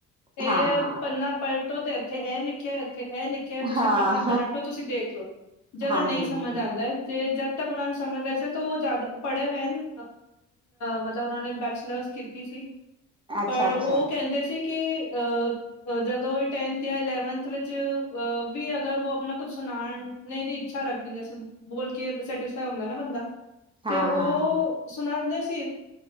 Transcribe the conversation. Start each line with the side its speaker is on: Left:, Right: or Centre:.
Left: ਇਹ
Right: ਹਾਂ
Left: ਪੰਨਾ ਪਲਟੋ ਤੇ ਇੱਥੇ ਇਹ ਲਿਖਿਆ। ਇੱਥੇ ਇਹ ਲਿਖਿਆ। ਜੇ ਤੁਸੀਂ
Right: ਹਾਂ,
Left: ਪੰਨਾ ਪਲਟੋ। ਤੁਸੀਂ ਦੇਖ ਲੋ ਜਦੋਂ
Right: ਹਾਂਜੀ
Left: ਨਹੀਂ ਸਮਝ
Right: ਹਾਂਜੀ,
Left: ਆਉਂਦਾ ਜੇ। ਤ ਸਮੇਂ ਵੈਸੇ ਤਾਂ ਉਹ ਜ਼ਿਆਦਾ ਪੜੇ ਹੋਏ ਹਨ। ਮਤਲਬ ਉਹਨਾਂ ਨੇ ਬੈਚਲਰਸ ਕੀਤੀ ਸੀ
Right: ਅੱਛਾ
Left: ਪਰ
Right: ਅੱਛਾ।
Left: ਉਹ ਕਹਿੰਦੇ ਸੀ ਕੀ ਅ <unintelligible> ਜਦੋਂ ਇਹ ਟੈਨਥ ਜਾਂ ਇਲੇਵਨਥ ਵਿੱਚ ਵੀ ਅਗਰ ਆਪਣਾ ਕੁੱਝ ਸੁਣਾਉਣ। ਇਵੇਂ ਦੀ ਇੱਛਾ ਰੱਖ ਦਿੰਦੇ ਅ ਬੋਲ ਕੇ ਸੈਟਿਸਫਾਈ ਹੁੰਦਾ ਨਾ ਬੰਦਾ
Right: ਹਾਂ
Left: ਤੇ ਉਹ
Right: ਹਾਂ ਹਾਂ,
Left: । ਸੁਣਾਉਂਦੇ ਸੀ ।